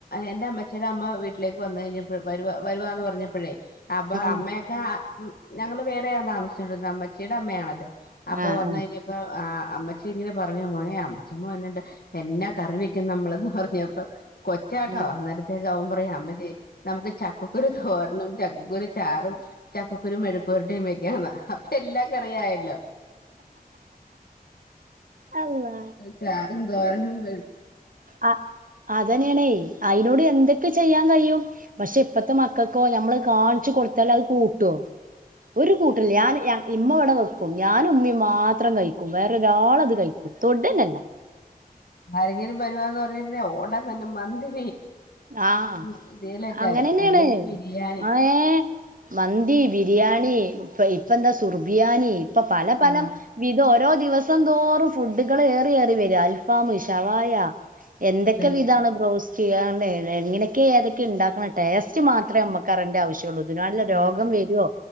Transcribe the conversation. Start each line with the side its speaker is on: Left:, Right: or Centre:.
Left: എന്റെ അമ്മച്ചിയുടെ അമ്മ വീട്ടില് വന്ന് കഴിഞ്ഞപ്പോ വരു വരുവാന്ന് പറഞ്ഞപ്പോഴേ അപ്പൊ അമ്മയൊക്കെ
Right: ഉം
Left: ഞങ്ങള് വേറെയാ താമസിച്ചണ്ടിരുന്നത് അമ്മച്ചിയുടെ അമ്മയാണല്ലോ അപ്പൊ
Right: ആഹ്
Left: വന്ന
Right: ആഹ്
Left: കഴിഞ്ഞപ്പോ ആഹ് അമ്മച്ചിം ഇങ്ങനെ പറഞ്ഞ മോനെ അമ്മച്ചമ്മോ എന്നണ്ട് എന്നാ കറി വെക്കും നമ്മളന്ന് പറഞ്ഞപ്പ കൊച്ചാട്ടോ
Right: ആഹ്
Left: അന്നരത്തേക്ക് അവൻ പറയുക അമ്മച്ചി നമുക്ക് ചക്കക്കുരു തോര ഇന്നും ചക്കക്കുരു ചാറും ചക്കക്കുരു മെഴുക്കുവരട്ടിയും വെക്കാന്ന് ചെല്ലാ കറിയായല്ലോ
Right: അള്ളാ
Left: ചാറുംന്തോരനും മെ
Right: ആ അതന്നെയാണേ അയിനോട് എന്തൊക്ക ക്ക് ചെയ്യാൻ കഴിയും പക്ഷെ ഇപ്പത്തെ മക്കൾക്കോ നമ്മള് കാണിച്ചു കൊടുത്തൽ അത് കൂട്ടുവോ ഒരു കൂട്ടിൽ ഞാൻ ഇമ്മ വടെ വെക്കും ഞാനും ഉമ്മിം മാത്രം കഴിക്കും വേറൊ ഒരാളത് കഴിക്കൂല തൊടന്നല്ല
Left: ഭരഗീന് പരുവാന്ന് പറഞ്ഞിെ ഓടാൻ തന്നെ മന്തി
Right: ആഹ്
Left: മന്തിയിലൊക്കെ
Right: അങ്ങനെന്നെയാണ്
Left: ആയി അല്ലെങ്കിൽ ബിരിയാണി
Right: ആഹ് ഏഹ് മന്തി ബിരിയാണി ഇപ്പ എന്താ സുർബിയാനി ഇപ്പ പല പലം
Left: ആഹ്
Right: വിധോ ഓരോ ദിവസം തോറും ഫുഡുകൾ ഏറി യേറി വര അൽഫാമ് ഷവായ എന്തൊക്കെ
Left: അതന്നെ
Right: വിതാണ് ബ്രൗസ് ചെയ്യാണ്ടേ എങ്ങനെയൊക്കെ ഏതൊക്കെ ഉണ്ടാക്കുന്ന ടസ്റ്റ് മാത്രമേ നമ്മക്കറിന്റെ ആവശ്യമ ഉള്ളൂ ഇതിനപാള്ള രോഗം
Left: ആഹ്
Right: വരുവോ